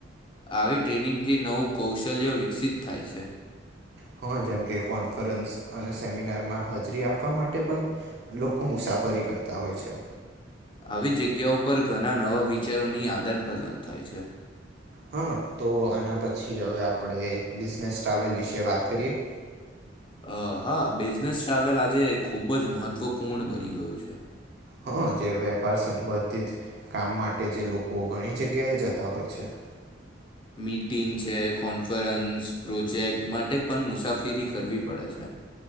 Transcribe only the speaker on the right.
હા જેમકે કોન્ફરન્સ અને સેમિનારમાં હાજરી આપવા માટે પણ લોકો મુસાફ મુસાફરી કરતા હોય છે.
હા તો આના પછી હવે આપણે બિઝનેસ ટ્રાવેલ વિશે વાત કરીએ.
હા જે વેપાર સંબંધિત કામ માટે જે લોકો ઘણી જગ્યાએ જતા હોય છે. <inaudible>